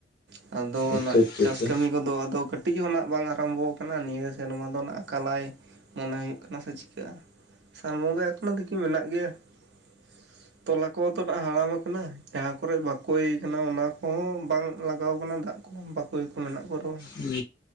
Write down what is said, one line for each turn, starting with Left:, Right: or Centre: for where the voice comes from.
Right: ᱟᱫᱚ
Left: ᱟᱪᱪᱷᱟ
Right: ᱱᱟᱜ
Left: ᱟᱪᱪᱷᱟ
Right: ᱪᱟᱥ
Left: ᱟᱪᱪᱷᱟ
Right: ᱠᱟᱹᱢᱤ ᱠᱚᱫᱚ ᱟᱫᱚ ᱠᱟᱹᱴᱤᱡ ᱦᱚᱸ ᱱᱟᱜ ᱵᱟᱝ ᱟᱨᱟᱢᱵᱷᱚ ᱟᱠᱟᱱᱟ ᱱᱤᱭᱟᱹ ᱥᱮᱨᱢᱟ ᱫᱚ ᱱᱟᱜ ᱟᱞᱟᱭ᱾ ᱢᱚᱱᱟᱭ ᱦᱩᱭᱩᱜ ᱠᱟᱱᱟ ᱥᱮ ᱪᱤᱠᱟᱹᱜᱼᱟ᱾ ᱥᱟᱱ ᱵᱚᱸᱜᱟ ᱚᱱᱟᱛᱮᱠᱤ ᱢᱮᱱᱟᱜ ᱜᱮᱭᱟ ᱾ ᱛᱚᱞᱟ ᱠᱚ ᱛᱚ ᱦᱟᱲᱟᱢ ᱟᱠᱟᱱᱟ᱾ ᱡᱟᱦᱟᱸ ᱠᱚᱨᱮ ᱵᱟᱠᱚᱭ ᱠᱟᱱᱟ ᱚᱱᱟ ᱠᱚᱦᱚᱸ ᱵᱟᱝ ᱞᱟᱜᱟᱣ ᱠᱟᱱᱟ ᱫᱟᱜ ᱠᱚ ᱾ ᱵᱟᱠᱚᱭ ᱠᱚ ᱢᱮᱱᱟᱜ ᱠᱚ ᱨᱮᱦᱚᱸ᱾
Left: ᱦᱩᱸ